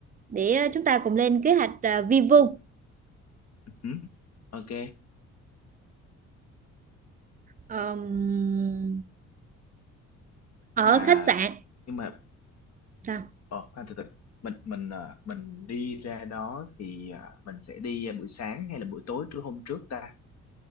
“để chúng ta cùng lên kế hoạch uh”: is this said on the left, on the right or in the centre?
Right